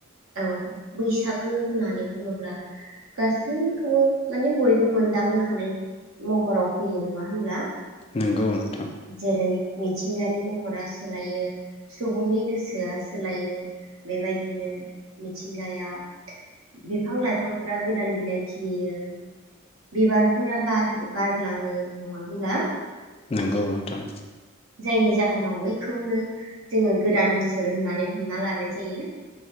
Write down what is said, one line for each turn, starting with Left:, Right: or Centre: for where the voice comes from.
Right: औ। बैसागो होननानै बुङोब्ला गासैखौबो माने बयबो मोनदांनो हानाय महराव फैयो नङा होनब्ला?
Left: नंगौ नोंथां।
Right: जेरै मिथिंगानि महरा सोलायो, सुबुंनि गोसोया सोलायो, बेबायदिनो मिथिं गाया बिफां लाइफांफोरा गोदान बिलाइ खिलियो बिबारफोरा बारग्लाङो नङा होनब्ला?
Left: नोंगौ नोंथां।
Right: जायनि जाहोनाव बैखौनो जोङो गोदान बोसोर होननानै हमना लानाय जायो।